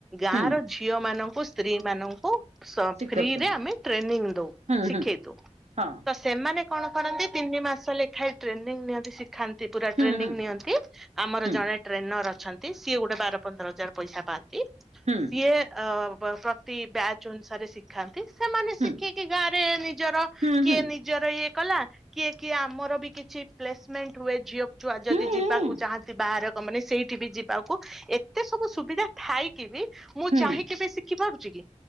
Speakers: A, in the centre; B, on the right.
A: ଗାଁର
B: ହୁଁ
A: ଝିଅ ମାନଙ୍କୁ ସ୍ତ୍ରୀ ମାନଙ୍କୁ ସ
B: ଶିଖଉଛନ୍ତି
A: ଫ୍ରିରେ ଆମେ ଟ୍ରେନିଂ ଦଉ
B: ହୁଁ
A: ଶିଖେଇ
B: ହୁଁ
A: ଦଉ
B: ହଁ
A: ସେମାନେ କଣ କରନ୍ତି ତିନି ମାସ ଲେଖାଏ ଟ୍ରେନିଂ ନିଅନ୍ତି ଶିଖାନ୍ତି ପୁରା
B: ହୁଁ
A: ଟ୍ରେନିଂ
B: ହୁଁ
A: ନିଅନ୍ତି। ଆମର
B: ହୁଁ
A: ଜଣେ ଟ୍ରେନର ଅଛନ୍ତି ସିଏ ଗୋଟେ ବାର ପନ୍ଦର ହଜାର ପଇସା ପାଆନ୍ତି।
B: ହୁଁ।
A: <unintelligible> ପ୍ରତି ଅ ବ ପ୍ରତି ବ୍ୟାଚ୍ ଅନୁସାରେ <unintelligible> ଖାନ୍ତି ସେମାନେ ଶିଖିକି
B: ହୁଁ
A: ଗାଁରେ ନିଜର
B: ହୁଁ
A: କିଏ
B: ହୁଁ
A: ନି ଜର ଇଏ କଲା କିଏ-କିଏ ଆମର ବି କିଛି ପ୍ଲେସମେଣ୍ଟ ହୁଏ ଝିଅକୁ ଛୁଆ ଯଦି
B: ହୁଁ
A: ଯିବା କୁ ଚାହାନ୍ତି ବାହାର କମ୍ପାନୀ ସେଇଠି ବି ଯିବାକୁ ଏତେ ସବୁ ସୁବିଧା ଥାଇକି ବି ମୁଁ
B: ହୁଁ
A: ଚାହିଁକି ବି ଶିଖି ପାରୁଛି କି,